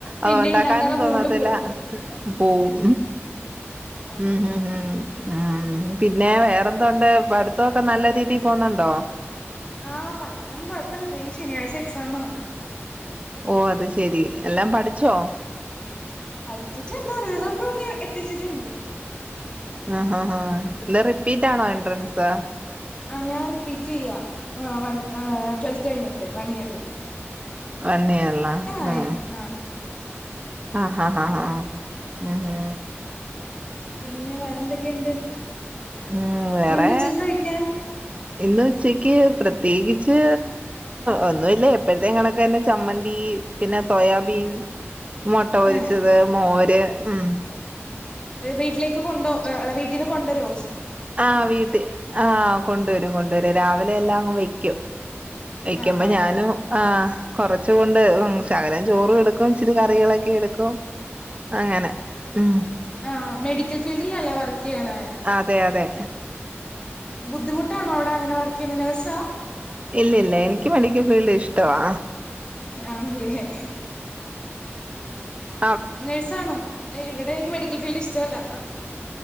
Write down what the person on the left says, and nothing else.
പിന്നെ
ഇണ്ടാക്കാനുള്ള
മൂടും പോവും
ആഹ്
ആഹ് പഠിത്തം കുഴപ്പമില്ല ദേ ഈ ശനിയാഴ്ച എക്സാമാ
പഠിച്ചിട്ടുണ്ട് ഒരുവിധോക്കെ ഒന്ന് എത്തിച്ചിട്ടുണ്ട്
ആഹ് ഞാൻ റിപ്പീറ്റ് ചെയ്യാ വൺ ട്വൽത്ത് കഴിഞ്ഞിട്ട് വൺ ഇയറിൽ
ആയി
ആഹ്
പിന്നെ വേറെന്തൊക്കെയുണ്ട്
ഇന്നെന്താ ഉച്ചക്ക് കഴിക്കാൻ
ഏഹ്
വീട്ടിലേക്ക് കൊണ്ടോ അല്ല വീട്ടന്ന് കൊണ്ട രോസ്ക്
ആഹ് ആഹ്
ആഹ്
ആഹ് മെഡിക്കൽ ഫീൽഡിലല്ലേ വർക്ക് ചെയ്യണേ
ബുദ്ധിമുട്ടണോവിടെ അങ്ങനെ വർക്ക് ചെയ്യുന്ന നേഴ്സാ
ആണല്ലേ
നേഴ്സാണോ ഇവിടെ എനിക്ക് മെഡിക്കൽ ഫീൽഡ് ഇഷ്ടമല്ല